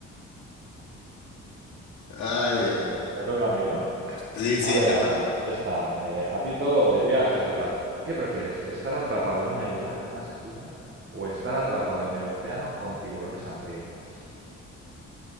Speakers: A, on the left; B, on the right.
A: <laughs> Ay,
B: <laughs>
A: Dios.
B: Venga, me toca a mí, ¿no?
A: Sí, sí,
B: A ver
A: te
B: ahora,
A: toca.
B: está eh, a ti todo o de viajes o tal. ¿Qué prefieres? ¿Estar atrapado en una isla con un asesino o estar atrapado en el océano con tiburones hambrientos?